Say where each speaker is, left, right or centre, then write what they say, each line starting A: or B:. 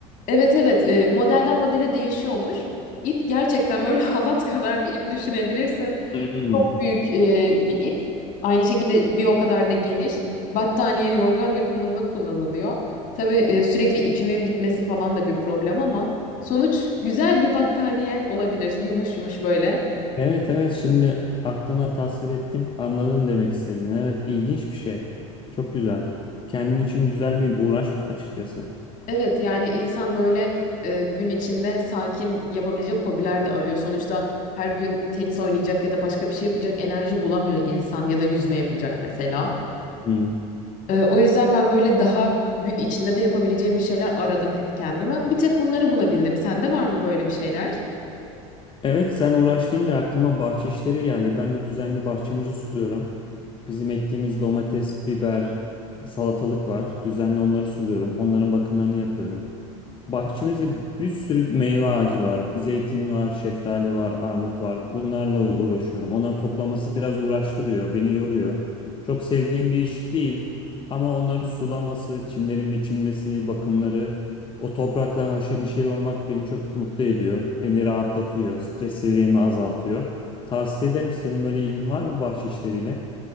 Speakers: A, on the left (about 50°); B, on the left (about 30°).
A: evet, evet. E, modelden modele değişiyormuş. İp gerçekten böyle <laughs> halat kadar bir ip düşünebilirsin.
B: Hmm.
A: Çok büyük e, bir ip. Aynı şekilde bir o kadar da geniş. Battaniye, yorgan yapımında kullanılıyor. Tabii e, sürekli ipimin bitmesi falan da bir problem ama sonuç güzel bir battaniye olabilir. Yumuş yumuş böyle.
B: Evet evet şimdi aklımda tasvir ettim. Anladın demek istediğin. Evet ilginç bir şey. Çok güzel. Kendin için güzel bir uğraş açıkçası.
A: Evet yani insan böyle e, gün içinde sakin yapabilecek hobiler de arıyor. Sonuçta her gün tenis oynayacak ya da başka bir şey yapacak enerji bulamıyor insan ya da yüzme yapacak mesela.
B: Hmm.
A: Ee, o yüzden ben böyle daha gün içinde de yapabileceğim bir şeyler aradım hep kendime. Bir tek bunları bulabildim. Sende var mı böyle bir şeyler?
B: Evet sen uğraş deyince aklıma bahçe işleri geldi. Ben de düzenli bahçemizi suluyorum. Bizim ektiğimiz domates, biber, salatalık var. Düzenli onları suluyorum. Onların bakımlarını yapıyorum. Bahçemizde bir sürü meyve ağacı var. Zeytin var, şeftali var, armut var. Bunlarla u- uğraşıyorum. Onları toplaması biraz uğraştırıyor, beni yoruyor. Çok sevdiğim bir iş değil. Ama onların sulaması, çimlerin biçilmesi, bakımları, o toprakla haşır neşir olmak beni çok mutlu ediyor. Beni rahatlatıyor, stres seviyemi azaltıyor. Tavsiye ederim. Senin böyle ilgin var mı bahçe işleriyle?